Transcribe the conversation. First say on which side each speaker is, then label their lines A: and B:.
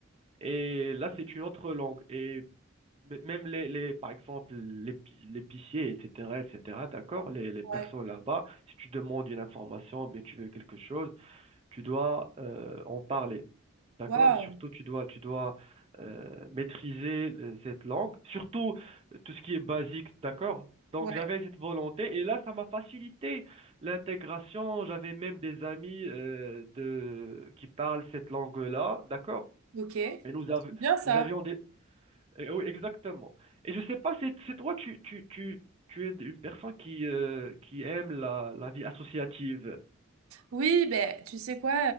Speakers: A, on the right; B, on the right.
A: Et là, c'est une autre langue. Et m- même les, les par exemple, l'épi- l'épicier, etc., etc., d'accord? Les, les
B: Ouais.
A: personnes là-bas, si tu demandes une information, bien, tu veux quelque chose, tu dois euh, en parler. D'accord?
B: Waouh.
A: Surtout, tu dois, tu dois euh, maîtriser euh, cette langue, surtout euh, tout ce qui est basique, d'accord? Donc,
B: Ouais.
A: j'avais cette volonté et là, ça m'a facilité l'intégration. J'avais même des amis euh, de... qui parlent cette langue-là, d'accord?
B: Ok. C'est
A: Et nous, av-
B: bien ça.
A: nous avions des... eh oui, exactement. Et je sais pas, c'est c'est toi, tu, tu, tu, tu es une personne qui, euh, qui aime la, la vie associative.
B: Oui, ben, tu sais quoi,